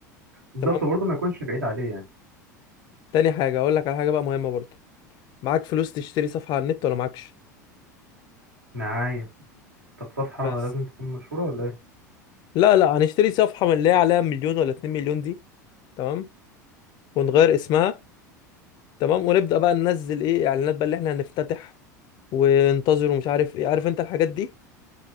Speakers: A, on the right; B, on the left.
A: بالظبط
B: تمام
A: برضه ما يكونش بعيد عليه يعني
B: تاني حاجه اقول لك على حاجه بقى مهمه برضه معاك فلوس تشتري صفحه على النت ولا معكش
A: دعاية طب صفحة
B: بس
A: لازم تكون مشهورة ولا ايه
B: لا لا هنشتري صفحه من اللي هي عليها مليون ولا اتنين مليون دي تمام ونغير اسمها تمام ونبدا بقى ننزل ايه اعلانات بقى اللي احنا هنفتتح وننتظر ومش عارف ايه عارف انت الحاجات دي